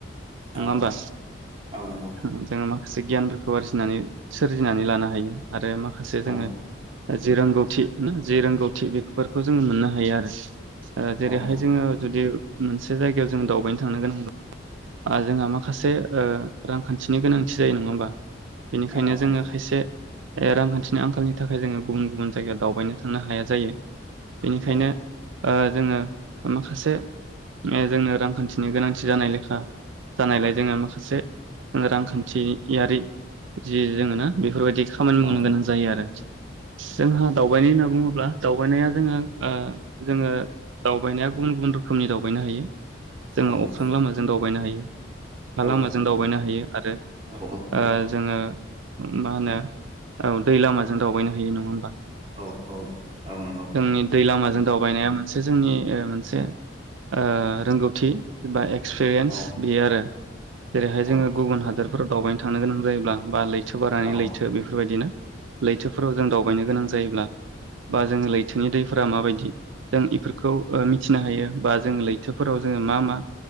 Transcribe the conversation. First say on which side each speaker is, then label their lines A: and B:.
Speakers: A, on the right (about 75°); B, on the right (about 30°).
A: नङा
B: औ
A: होमबा
B: औ नंगौ
A: होम <unintelligible> खासे गियानफोरखौ आरजिनानै सोरजिनानै लानो हायो। आरो माखासे जोङो
B: औ
A: आरो जि रोंगौथि ना जि रोंगौथि बिख फोरखौ जोङो मोननो हायो आरो। ओ जेरैहाय
B: औ नंगौ
A: जोङो जुदि मोनसे जायगायाव जों दावबायनो थांनो गोनां दं आरो जोंहा माखासे ओ रांखान्थिनि गोनांथि जायो नङा होमबा? बिनिखायनो
B: औ नंगौ औ नंगौ
A: जोङो खायसे ए रांखान्थिनि आंखालनि थाखाय जोङो गुबुन गुबुन जायगायाव दावबायनो थांनो हाया जायो। बिनिखायनो
B: औ नंगौ औ
A: ओ जोङो माखासे मे जोंनो रांखान्थिनि गोनांथि जानाय लेखा जानायलाय जोङो माखासे रांखान थियारि जि जोङोना बेफोरबायदि खामानि मावनो
B: औ
A: गोनां जायो आरो जोंहा दावबानाय होनना बुङोब्ला दावबायनाया जोंङो ओ जोङो दावबायनाया गुबुन गुबुन रोखोमनि दावबायनो हायो। जोङो
B: औ नंगौ
A: अख्रां लामाजों दावबायनो हायो। हा
B: औ
A: लामाजों दावबायनो हायो आरो
B: औ
A: ओ जोङो मा होनो औ दै लामा जों दावबायनो हायो नङा होमबा?
B: औ औ औ नंगौ।
A: जोंनि दै लामाजों दावबायनाया मोनसे जोंनि ओ मोनसे ओ रोंगौथि बा एग। एक्सपिरियेन्स
B: औ
A: बेयो आरो जेरैहाय जोङो
B: औ
A: गुबुन
B: औ
A: हादरफोराव। दावबायनो थांनो गोनां जायोब्ला बा लै। स बारनानै
B: औ
A: लैथो बेफोरबायदिना लैथोफोराव जों दावबायनो गोनां जायोब्ला बा जोङो लैथो लैथोनि दैफोरा माबायदि जों इफोरखौ मिथिनो हायो बा जों लैथोफोराव जोङो मा मा